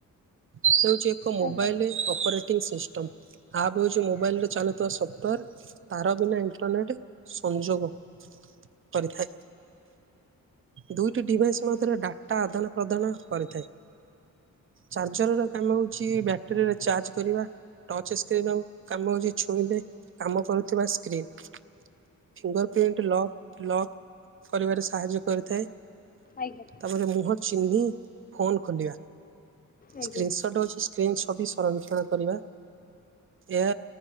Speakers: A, on the right; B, on the left.
A: ହେଉଛି ଏକ ମୋବାଇଲ।
B: ଆଜ୍ଞା
A: ଅପରେଟିଂ ସିଷ୍ଟମ ଆପ୍ପ ହଉଛି ମୋବାଇଲ ରେ ଚାଲୁଥିବା ସଫ୍ଟୱେର। ତାର ବିନା ଇଣ୍ଟରନେଟ୍ ସଂଯୋଗ କରିଥାଏ। ଦୁଇଟି ଡିଭାଇସ ମଧ୍ୟରେ ଡାଟା ଆଦାନ ପ୍ରଦାନ କରିଥାଏ। ଚାର୍ଜରର କାମ ହଉଚି ବ୍ୟାଟେରୀରେ ଚାର୍ଜ କରିବା। ଟଚ ସ୍କ୍ରିନର କାମ ହଉଛି ଛୁଇଁଲେ କାମ କରୁଥିବା screen. Fingerprint lock lock କରିବାରେ ସାହାଯ୍ୟ କରିଥାଏ।
B: ଆଜ୍ଞା।
A: ତାପରେ ମୁହଁ ଚିହ୍ନି ଫୋନ ଖୋଲିବା
B: ଆଜ୍ଞା
A: ସ୍କ୍ରିନସଟ୍ ଅଛି ସ୍କ୍ରିନ ଛବି ସଂରକ୍ଷଣ କରିବା। ଏହା